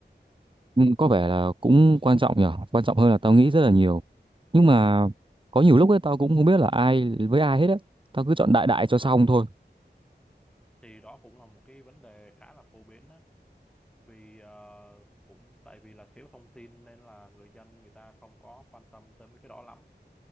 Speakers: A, on the right (about 30°); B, in the centre.
A: Ừm, có vẻ là cũng quan trọng nhở, quan trọng hơn là tao nghĩ rất là nhiều. Nhưng mà có nhiều lúc ấy tao cũng không biết là ai với ai hết á. Tao cứ chọn đại đại cho xong thôi.
B: thì đó cũng là một cái vấn đề khá là phổ biến á vì ờ, cũng tại vì là thiếu thông tin nên là người dân người ta không có quan tâm tới mấy cái đó lắm